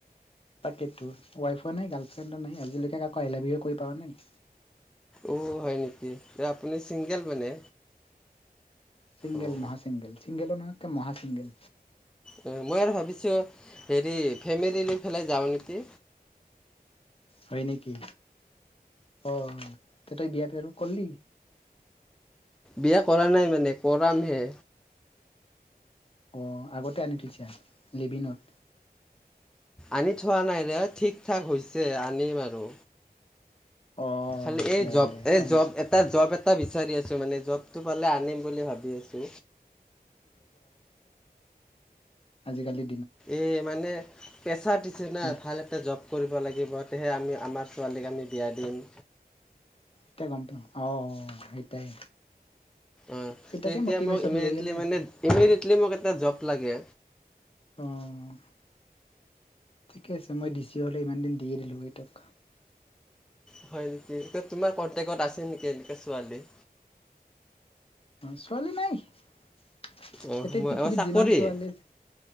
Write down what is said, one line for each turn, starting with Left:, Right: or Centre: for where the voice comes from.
Left: তাকেইটো ৱাইফো নাই গাৰ্লফ্ৰেণ্ডো নাই আজিলৈকে কাকো আই লাভ উ কৈ পোৱা নাই
Centre: অ' হয় নেকি আপুনি ছিংগেল মানে
Left: চিংগেল
Centre: অ
Left: মহা চিংগেল চিংগেলো নহয় একে মহা চিংগেল
Centre: মই আৰু ভাবিছোঁ হেৰি ফেমিলি লৈ পেলাই যাওঁ নেকি
Left: হয় নেকি অঁ তেতিয়া বিয়াত হেতু কলি
Centre: বিয়া কৰা নাই মানে কৰামহে
Left: অঁ আগতে আনি থৈছা লিভিনট
Centre: আনি থোৱা নাই দে ঠিক ঠাক হৈছে আনিম আৰু
Left: অ
Centre: খালি এই
Left: দে
Centre: জব
Left: দে
Centre: এই
Left: কম
Centre: জব এটা জব এটা এটা বিচাৰি আছো মানে জবটো পালে আনিম বুলি ভাবি আছো
Left: আজিকালি
Centre: এই মানে পেছাৰ দিছে না
Left: আমি
Centre: ভাল এটা জব কৰিব লাগিব তেহে আমি আমাৰ ছোৱালীক আমি বিয়া দিম
Left: সেইটাই গমটো অ' সেইটাই
Centre: অ'
Left: সেইটাকে
Centre: এতিয়া
Left: মটিভেশ্যন
Centre: মোক ইমিডিয়েটলি
Left: লৈ আনে
Centre: মানে ইমিডিয়েটলি মোক এটা জব লাগে
Left: অঁ ঠিকেই আছে মই ডি চি হ'লে ইমান দিন দিয়েই দিলোঁ হয় টোক
Centre: হয় নেকি এ তোমাৰ কন্টেক্ত আছে নেকি এনেকা ছোৱালী
Left: অ' ছোৱালী নাই এতিয়া
Centre: অঁ মই
Left: পৃথিৱীত
Centre: অঁ চাকৰি
Left: যিমান ছোৱালী আছে